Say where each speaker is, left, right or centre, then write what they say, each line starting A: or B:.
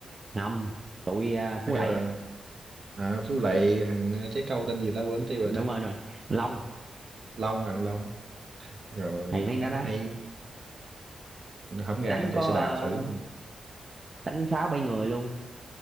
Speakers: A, on the right (about 30°); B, on the right (about 50°).
A: không tụi ờ, Phú
B: hay là
A: Lệ á
B: à, Phú Lệ thằng ờ, trái câu tên gì ta quên tiêu rồi
A: đúng
B: ta
A: rồi đúng rồi Long
B: Long à Long rồi
A: hay mấy
B: cũng
A: anh đó đó
B: hay hôm nay
A: đánh có
B: chạy xe đạp
A: ờ,
B: thử
A: đánh sáu bảy người luôn